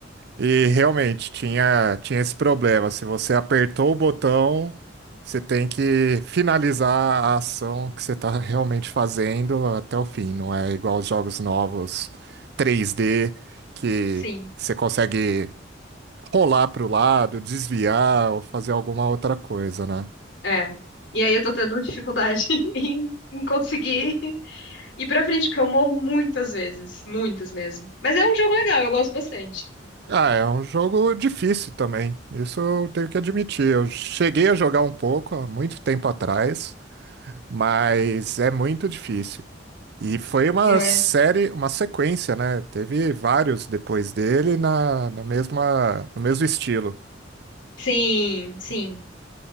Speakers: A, on the right; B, on the left.
A: e realmente tinha, tinha esse problema. Se você apertou o botão, você tem que finalizar a ação que você está realmente fazendo até o fim. Não é igual os jogos novos 3D, que
B: Sim,
A: você consegue rolar para o lado, desviar ou fazer alguma outra coisa, né?
B: é. E aí eu tô tendo dificuldade <laughs> em, em conseguir ir pra frente, porque eu morro muitas vezes, muitas mesmo. Mas é um jogo legal, eu gosto bastante.
A: Ah, é um jogo difícil também. Isso eu tenho que admitir. Eu cheguei a jogar um pouco há muito tempo atrás, mas é muito difícil. E foi uma
B: É.
A: série, uma sequência, né? Teve vários depois dele na, na mesma, no mesmo estilo.
B: Sim, sim.